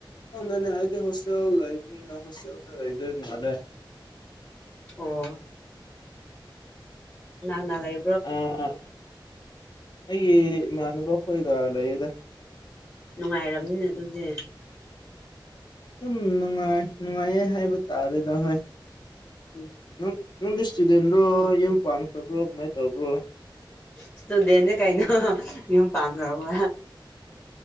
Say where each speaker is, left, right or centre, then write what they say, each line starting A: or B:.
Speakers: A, on the left (about 60°); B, on the left (about 25°).
A: ꯈꯪꯗꯦꯅꯦ ꯑꯩꯗꯤ ꯍꯣꯁꯇꯦꯜ ꯂꯩꯕꯅꯤ <unintelligible> ꯍꯣꯁꯇꯦꯜꯗ ꯂꯩꯗꯣꯢ ꯃꯥꯂꯦ
B: ꯑꯣ ꯀꯥꯅ ꯀꯥꯅ ꯂꯩ
A: ꯑ ꯑꯩꯒꯤ ꯏꯃꯥꯟꯅꯕ ꯈꯣꯏꯒ ꯂꯩꯌꯦꯗ
B: ꯅꯨꯡꯉꯥꯏꯔꯝꯅꯤꯅꯦ ꯑꯗꯨꯗꯤ
A: ꯑꯗꯨꯝ ꯅꯨꯡꯉꯥꯏ ꯅꯨꯡꯉꯥꯏꯌꯦ ꯍꯥꯏꯕ ꯇꯥꯔꯦꯗ ꯍꯣꯏ
B: ꯎꯝ
A: ꯅꯪ ꯅꯪꯗꯤ ꯏꯁꯇꯨꯗꯦꯟꯔꯣ ꯌꯨꯝ ꯄꯥꯟꯈ꯭ꯔꯕ꯭ꯔꯣ ꯀꯃꯥꯏꯅ ꯇꯧꯕ꯭ꯔꯣ
B: ꯏꯁꯇꯨꯗꯦꯟꯅ ꯀꯩꯅꯣ ꯌꯨꯝ ꯄꯥꯟꯈ꯭ꯔꯕ